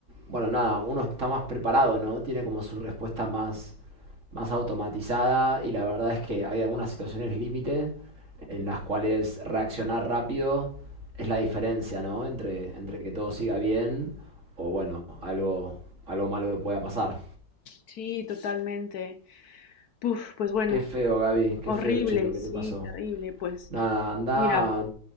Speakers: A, on the right (about 45°); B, on the left (about 60°).
A: bueno, nada, uno está más preparado, ¿no? Tiene como su respuesta más más automatizada y la verdad es que hay algunas situaciones límite en las cuales reaccionar rápido es la diferencia, ¿no? Entre, entre que todo siga bien o bueno, algo, algo malo pueda pasar.
B: Sí, totalmente. Puf, pues bueno,
A: Qué feo, Gaby, qué
B: horrible,
A: feo, che, lo que
B: sí,
A: te pasó.
B: terrible. Pues
A: Nada, anda,
B: mira,